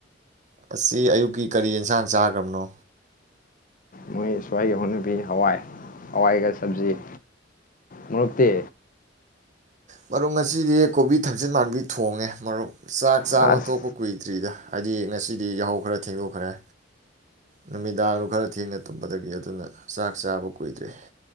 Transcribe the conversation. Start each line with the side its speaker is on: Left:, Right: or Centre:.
Right: ꯉꯁꯤ ꯑꯌꯨꯛꯀꯤ ꯀꯔꯤ ꯌꯦꯟꯁꯥꯡ ꯆꯥꯒ꯭ꯔꯕꯅꯣ
Left: ꯃꯣꯏ ꯁ꯭ꯋꯥꯏꯒꯤ ꯍꯧꯅꯕꯤ ꯍꯋꯥꯏ ꯍꯋꯥꯏꯒ ꯁꯕꯖꯤ ꯃꯔꯨꯞꯇꯤ
Right: ꯃꯔꯨꯞ ꯉꯁꯤꯗꯤ ꯀꯣꯕꯤ ꯊꯝꯆꯦꯠ ꯃꯥꯟꯕꯤ ꯊꯣꯡꯉꯦ ꯃꯔꯨꯞ ꯆꯥꯛ ꯆꯥꯕ
Left: ꯑꯁ
Right: ꯇꯣꯛꯄ ꯀꯨꯏꯗ꯭ꯔꯤꯗ ꯍꯥꯏꯗꯤ ꯉꯁꯤꯗꯤ ꯌꯥꯍꯧ ꯈꯔ ꯊꯦꯡꯗꯣꯛ ꯈꯔꯦ ꯅꯨꯃꯤꯗꯥꯡ ꯈꯔ ꯊꯦꯡꯅ ꯇꯨꯝꯕꯗꯒꯤ ꯑꯗꯨꯅ ꯆꯥꯛ ꯆꯥꯕ ꯀꯨꯏꯗ꯭ꯔꯤ꯫